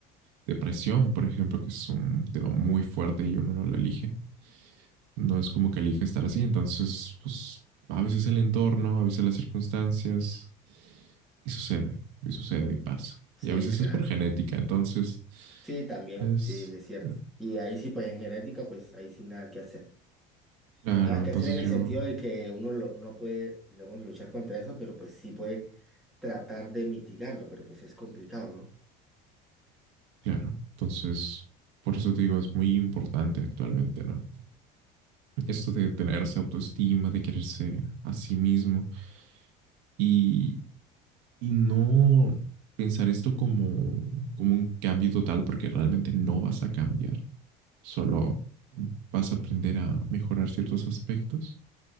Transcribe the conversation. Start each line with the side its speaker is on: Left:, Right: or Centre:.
Right: depresión, por ejemplo, que es un tema muy fuerte y uno no lo elige. No es como que elija estar así, entonces, pues a veces el entorno, a veces las circunstancias, y sucede, y sucede y pasa.
Centre: Sí,
Right: Y a veces
Centre: claro.
Right: es por genética, entonces,
Centre: Sí, también,
Right: es,
Centre: sí, es cierto.
Right: eh,
Centre: Y ahí sí, pues en genética, pues ahí sí nada que hacer.
Right: claro,
Centre: Nada
Right: entonces
Centre: que hacer en el
Right: yo,
Centre: sentido de que uno lo- no puede, digamos, luchar contra eso, pero pues sí puede tratar de mitigarlo, pero pues es complicado, ¿no?
Right: claro, entonces, por eso te digo, es muy importante actualmente, ¿no? Esto de tenerse autoestima, de quererse a sí mismo y, y no pensar esto como, como un cambio total, porque realmente no vas a cambiar. Solo vas a aprender a mejorar ciertos aspectos